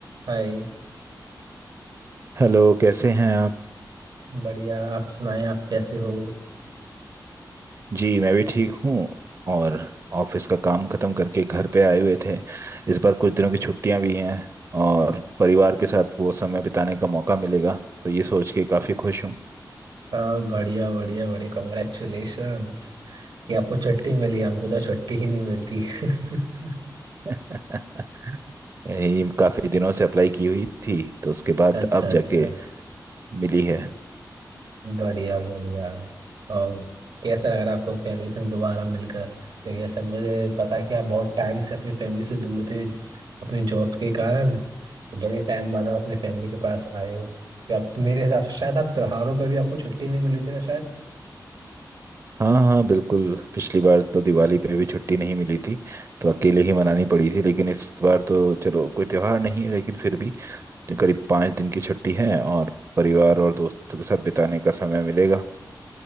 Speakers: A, on the right (about 85°); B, on the right (about 40°).
A: हाय
B: Hello कैसे हैं आप
A: बढ़िया आप सुनाएं आप कैसे हो
B: जी मैं भी ठीक हूँ और ऑफिस का काम खत्म करके घर पे आए हुए थे इस बार कुछ दिनों की छुट्टियां भी हैं और परिवार के साथ वो समय बिताने का मौका मिलेगा तो ये सोच के काफी खुश हूँ
A: हाँ बढ़िया बढ़िया बढ़िया कॉन्ग्रेचुलेशंस कि आपको छुट्टी मिली हमको तो छुट्टी ही नहीं मिलती <laughs>
B: <laughs> यही काफी दिनों से अप्लाई की हुई थी तो उसके बाद
A: अच्छा
B: अब
A: अच्छा
B: जाके मिली है
A: बढ़िया बढ़िया और कैसा लग रहा है आपको फैमिली से दोबारा मिलकर क्योंकि ऐसा मुझे पता है कि आप बहुत टाइम से अपनी फैमिली से दूर थे अपने जॉब के कारण तो बड़े टाइम बाद आप अपने फैमिली के पास आए हो तो आप मेरे हिसाब से शायद आप त्योहारों पर भी आपको छुट्टी नहीं मिली थी ना
B: हाँ हाँ बिल्कुल पिछली बार तो दिवाली पे भी छुट्टी नहीं मिली थी तो अकेले ही मनानी पड़ी थी लेकिन इस बार तो चलो कोई त्योहार नहीं है लेकिन फिर भी करीब पाँच दिन की छुट्टी है और परिवार और दोस्तों के साथ बिताने का समय मिलेगा